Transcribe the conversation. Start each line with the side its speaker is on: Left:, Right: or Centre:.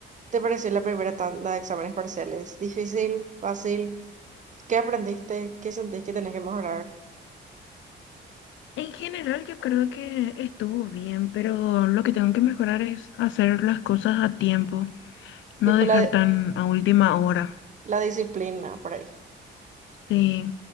Right: te pareció la primera tanda de exámenes parciales? ¿Difícil? ¿Fácil? ¿Qué aprendiste? ¿Qué sentís que tenés que mejorar?
Left: En general yo creo que estuvo bien, pero lo que tengo que mejorar es hacer las cosas a tiempo, no
Right: Tipo
Left: dejar
Right: la, di-
Left: tan a última hora.
Right: la disciplina por ahí.
Left: Sí,